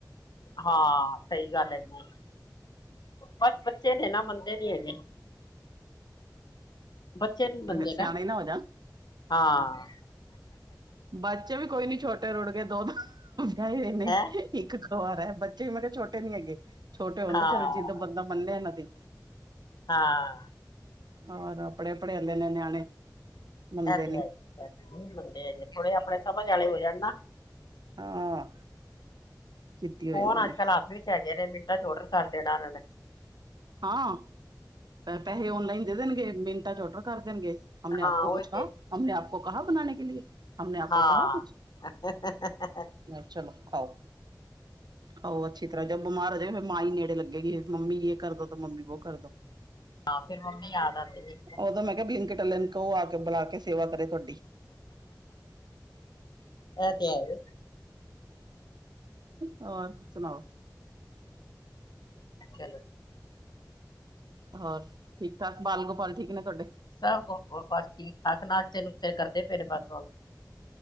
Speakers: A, on the left (about 70°); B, on the right (about 70°).
A: ਹਾਂ, ਸਈ ਗੱਲ ਏ ਜੀ। ਬਸ ਬੱਚੇ ਨੇ ਨਾ ਮੰਨਦੇ ਨੀ ਹੈਗੇ। ਬੱਚੇ ਨੀ ਮੰਨਦੇ
B: ਤੇ ਫਿਰ ਸਿਆਣੇ ਨਾ ਹੋ ਜਾਣ।
A: ਹਾਂ।
B: ਬੱਚੇ ਵੀ ਕੋਈ ਨੀ ਛੋਟੇ ਰੁੜ ਗਏ ਦੋ ਤਾਂ ਨਈ ਨਈ
A: ਹੈਂ
B: ਇੱਕ ਕਵਾਰਾ ਬੱਚੇ ਵੀ ਮੈਂ ਕਿਹਾ ਛੋਟੇ ਨੀ ਹੈਗੇ, ਛੋਟੇ ਹੁੰਦੇ
A: ਹਾਂ
B: ਚਲੋ ਜਿੰਦੋਂ ਬੰਦਾ ਮੰਨੇ ਇਹਨਾਂ ਦੀ।
A: ਹਾਂ।
B: ਹੋਰ ਆਪੜੇ-ਆਪੜੇ ਹੁਂਦੇ ਨੇ ਨਿਆਣੇ ਮੰਨਦੇ
A: ਐ ਤੇ
B: ਨੀ
A: ਹੈ ਈ ਐ <inaudible> ਥੋੜੇ ਆਪਣੇ ਸਮਝ ਆਲੇ ਹੋ ਜਾਣ ਨਾ
B: ਹਾਂ ਜਿੱਦੀ ਹੋ
A: ਫੋਨ
B: ਜਾਂਦੇ ਨੇ
A: ਅੱਜ ਕੱਲ <inaudible> ਵਿੱਚ ਹੈਗੇ ਨੇ ਮਿੰਟਾਂ ਚ ਔਡਰ ਕਰ ਦੇਣਾ ਏਨਾਂ ਨੇ।
B: ਹਾਂ ਪੈਹੇ ਓਨਲਾਈਨ ਦੇ ਦੇਣਗੇ ਮਿੰਟਾਂ ਚ ਔਡਰ ਕਰ ਦੇਣਗੇ ਹਮ ਨੇ ਆਪ
A: ਹਾਂ
B: ਕੋ
A: ਉਹੀ
B: ਕੁਛ ਕਹਾ,
A: ਤੇ
B: ਹਮ ਨੇ ਆਪ ਕੋ ਕਹਾ ਬਨਾਨੇ ਕੇ ਲਿਏ ਹਮ ਨੇ ਆਪ
A: ਹਾਂ
B: ਕੋ ਕਹਾ ਕੁਛ।
A: <inaudible>
B: ਲੈ ਚਲੋ ਖਾਓ। ਆਹੋ ਅੱਛੀ ਤਰ੍ਹਾਂ ਜਬ ਬਿਮਾਰ ਹੋ ਜਾਏਗੀ ਫਿਰ ਮਾਂ ਹੀ ਨੇੜੇ ਲੱਗੇਗੀ ਮੰਮੀ ਯੇ ਕਰ ਦੋ ਮੰਮੀ ਵੋ ਕਰਦੋ।
A: ਹਾਂ ਫੇਰ ਮੰਮੀ ਯਾਦ ਆਂਦੀ ਏ।
B: ਓਦੋਂ ਮੈਂ ਕਿਆ ਬਲਿੰਕਿਟ ਲਿੰਕ ਓ ਆ ਕੇ ਬੁਲਾ ਕੇ ਸੇਵਾ ਕਰੇ ਤੁਹਾ
A: ਐ ਤੇ ਹੈ ਏ।
B: ਹੋਰ ਸੁਣਾਓ?
A: ਚਲੋ
B: ਹੋਰ ਠੀਕ-ਠਾਕ ਬਾਲ ਗੋਪਾਲ ਠੀਕ ਨੇ ਤੁਹਾਡੇ?
A: ਸਭ ਕੁ ਬਸ ਠੀਕ-ਠਾਕ ਨਾਸ਼ਤੇ-ਨੁਸ਼ਤੇ ਕਰਦੇ ਪਏ ਨੇ ਬਸ <unintelligible>